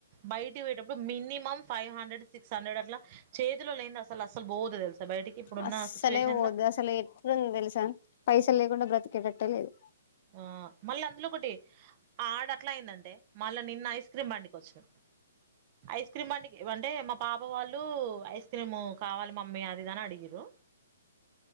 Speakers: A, on the right (about 35°); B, on the left (about 50°).
A: బయటకి పోయేటప్పుడు minimum five hundred six hundred అట్లా చేతిలో లేనింది అసలు అసలు బోదు తెలుసా బయటికి ఇప్పుడున్న
B: అస్సలే
A: సిచ్యువేషన్
B: ఓదు
A: లో
B: అసలే ఎట్ంద తెల్సా పైస లేకుంట బత తిక పెట్టలేదు
A: ఆ మళ్ళీ అందులో ఒకటి ఆడ అట్లా అయిందంటే మళ్ళా నిన్న ఐస్ క్రీమ్ బండికి వచ్చిన ఐస్ క్రీమ్ అంట అంటే మా బాబా వాళ్ళు ఐస్ క్రీమ్ కావాలి మమ్మీ అదిదని అడిగరు